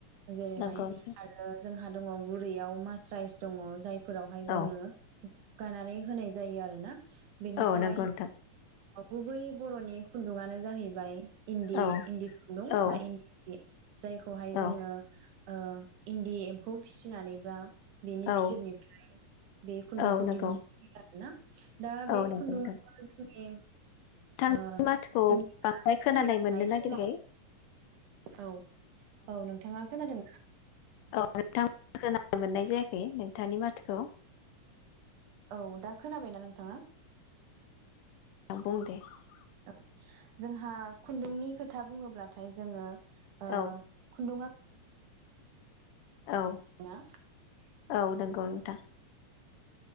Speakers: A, on the right; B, on the left.
A: जेरैहाय
B: नंगौ नोंथां
A: आरो जोंहा दङ गुरैयाव मास्राइस दङ जाय फोरावहाय जोङो
B: औ
A: गानानै होनाय जायो आरो ना बेनिफ्राय
B: औ नंगौ नोंथां
A: गुबै बर'नि खुन्दुङानो जाहैबाय इन्दि
B: औ
A: इन्दि खुन्दुं
B: औ
A: बा इन्दि जायखौहाय
B: औ
A: जोङो ओ इन्दि एम्फौ फिसिनानै‌ बा बेनि
B: औ
A: फिथोबनिफ्राय बे खुन्दुंखौ
B: औ नंगौ
A: दिहुन ना दा
B: औ
A: बे
B: नंगौ
A: खुन्दुङाव
B: नोंथां
A: जोंनि
B: नोंथांनि
A: ओ
B: माथोखौ
A: जोंनि
B: बांद्राय
A: दा सोलिबाय
B: खोनानाय
A: थानाय
B: मोननो नागिरखाय
A: समाव औ औ नोंथाङा खोनादोंना
B: औ नोंथां खोनानो मोननाय जायाखै नोंथांनि माथोखौ
A: औ दा खोनाबायना नोंथाङा
B: बुं दे <unintelligible>
A: औ जोंहा खुन्दुंनि खोथा बुङोब्लाथाय जोङो ओ
B: औ
A: खुन्दुंआ <unintelligible>
B: औ औ नंगौ नोंथां